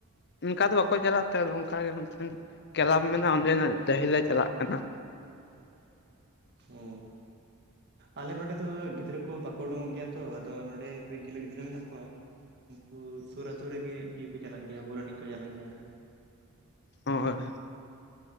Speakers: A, on the left (about 50°); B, on the right (about 50°).
A: ᱚᱱᱠᱟ ᱫᱚ ᱵᱟᱝᱠᱚ ᱪᱟᱞᱟᱜ ᱛᱮ ᱟᱫᱚ ᱚᱱᱠᱟᱜᱮ ᱢᱤᱫᱴᱮᱱ ᱠᱮᱞᱟᱵᱽ ᱢᱮᱱᱟᱜᱼᱟ ᱚᱸᱰᱮᱱᱟᱜ ᱰᱟᱹᱦᱤᱞ ᱞᱮ ᱪᱟᱞᱟᱜ ᱠᱟᱱᱟ।
B: ᱚ ᱟᱞᱮ ᱱᱚᱰᱮ ᱫᱚ ᱜᱤᱫᱽᱨᱟᱹᱼᱼ ᱠᱚ ᱵᱟᱠᱚ ᱩᱰᱩᱠᱚᱜ ᱜᱮᱭᱟ ᱛᱚ ᱟᱫᱚ ᱱᱚᱰᱮ ᱠᱚᱭᱮᱠ ᱜᱤᱞᱟᱹ ᱜᱤᱫᱽᱨᱟᱹ ᱢᱮᱱᱟᱜ ᱠᱚᱣᱟ। ᱩᱱᱠᱩ ᱥᱩᱨ ᱟᱹᱛᱩ ᱨᱮᱜᱮ ᱤᱭᱟᱹ ᱠᱚ ᱪᱟᱞᱟᱜ ᱜᱮᱭᱟ ᱵᱚᱞ ᱮᱱᱮᱡ ᱠᱚ ᱪᱟᱞᱟᱜ ᱜᱮᱭᱟ ᱟᱨᱠᱤ᱾
A: ᱦᱳᱭ।